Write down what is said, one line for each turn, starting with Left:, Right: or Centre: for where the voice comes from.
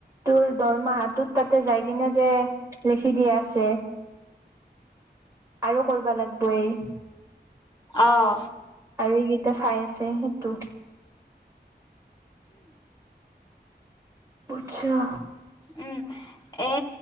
Right: তোৰ দৰমাহাতত তাতে যাই কিনে যে, লিখি দিয়া আছে, আৰু কৰিবা লাগিব এই।
Left: অঁ।
Right: আৰু এইকেইটা চাই আছে, সেইটো। পুছা!
Left: উম এ